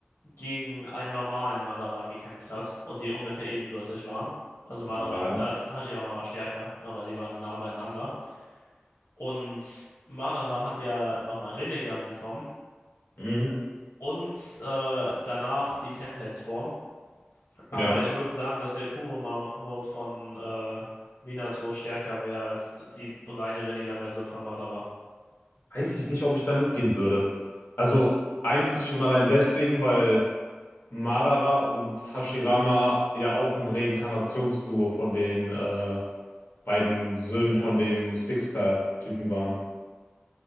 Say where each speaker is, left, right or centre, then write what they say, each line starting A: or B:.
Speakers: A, on the left; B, on the left.
A: gegen einen normalen Madara gekämpft hat und die ungefähr ebenbürtig waren. Also Madara,
B: Ja.
A: äh, Hashirama war stärker, aber die waren nah beieinander. Und Madara hat ja nochmal Rinnegan bekommen
B: Mhm.
A: und äh, danach die Ten-Tails-Form.
B: Ja.
A: Aber ich würde sagen, dass der Kurama-Mode von äh, Minato stärker wäre als die reine Rinnegan-Version von Madara.
B: Weiß ich nicht, ob ich da mitgehen würde. Also einzig und allein deswegen, weil. Madara und Hashirama ja auch ein Reinkarnationsduo von den äh, beiden Söhnen
A: Ja.
B: von dem Six Path typen waren.